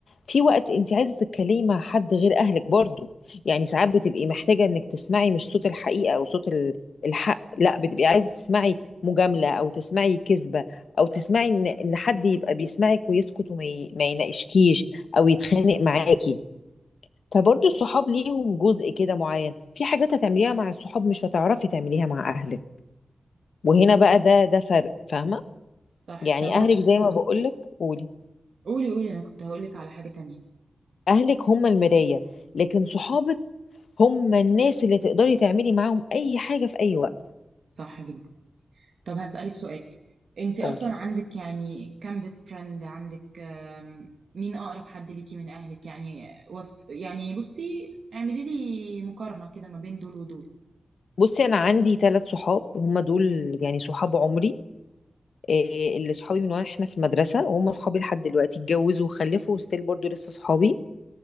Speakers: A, on the left; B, on the right.
A: في وقت انت عايزه تتكلمي مع حد غير اهلك برضو يعني ساعات بتبقي محتاجه انك تسمعي مش صوت الحقيقه او صوت ال- الحق لا بتبقي عايزه تسمعي مجامله او تسمعي كذبه او تسمعي
B: اه
A: ان ان حد يبقى بيسمعك ويسكت وما ي- ما يناقشكيش او يتخانق معاكي فبرضو الصحاب ليهم جزء كده معين في حاجات هتعمليها مع الصحاب مش هتعرفي تعمليها مع اهلك وهنا بقى ده ده فرق فاهمه
B: صح
A: يعني
B: طب هس
A: اهلك زي ما بقولك قولي
B: قولي قولي انا كنت هقولك على حاجة تانية
A: اهلك هم المراية لكن صحابك هم الناس اللي تقدري تعملي معاهم اي حاجة في اي وقت
B: صح جدا طب هسألك سؤال انت اصلا
A: قولي
B: عندك يعني كام بيست فريند عندك آم، مين اقرب حد ليكي من اهلك يعني وص... يعني بصي اعملي لي مقارنة كده ما بين دول ودول
A: بصي انا عندي ثلاث صحاب هم دول يعني صحاب عمري إيه اللي صحابي من واحنا في المدرسة وهم صحابي لحد دلوقتي اتجوزوا وخلفوا وستيل برضو لسه صحابي